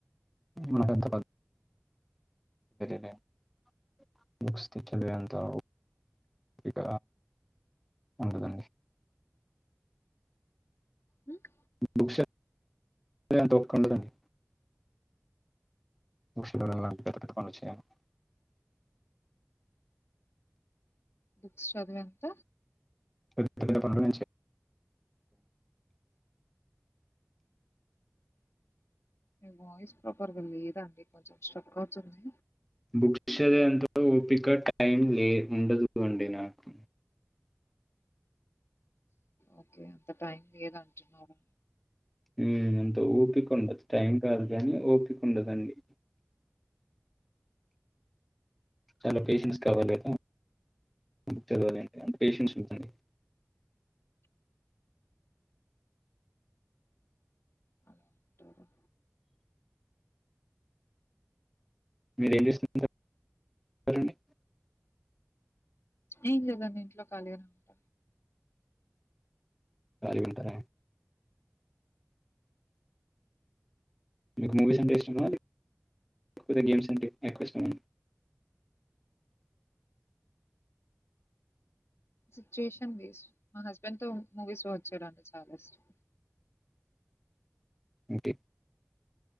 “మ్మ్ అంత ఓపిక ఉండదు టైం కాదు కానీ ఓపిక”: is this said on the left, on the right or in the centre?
Centre